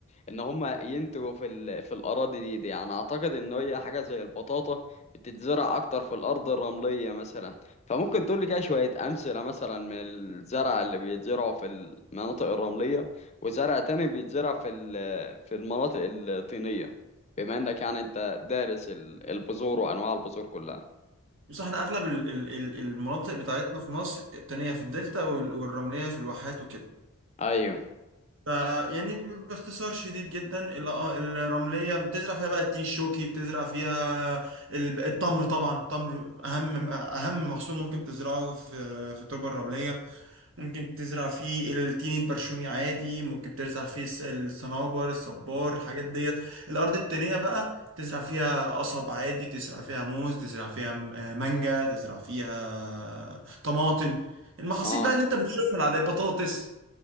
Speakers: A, on the left (about 30°); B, on the right (about 60°).
A: ان هم ينتجوا في ال... في الاراضي دي دي يعني اعتقد ان هي حاجه زي البطاطا بتتزرع اكتر في الارض الرمليه مثلا فممكن تقول لي كده شويه امثله مثلا من الزرع اللي بيتزرعوا في المناطق الرمليه وزرع تاني بيتزرع في ال... في المناطق الطينيه بما انك يعني انت دارس ال- البذور وانواع البذور كلها
B: بس احنا اغلب ال- ال- ال- المناطق بتاعتنا في مصر التانية في الدلتا وال- والرملية في الواحات وكده
A: ايوه
B: ف يعني باختصار شديد جدا ال- آه، الرملية بتزرع فيها بقى التين الشوكي بتزرع فيها ال- التمر طبعا التمر أهم أهم محصول ممكن تزرعه في في التربة الرملية ممكن تزرع فيه التين البرشومي عادي ممكن تزرع فيه الس- الصنوبر الصبار الحاجات ديت الأرض التانية بقى تزرع فيها قصب عادي تزرع فيها موز تزرع فيها م- آه، مانجا تزرع فيها طماطم المحاصيل
A: اه
B: بقى اللي انت بتشوفها العادية البطاطس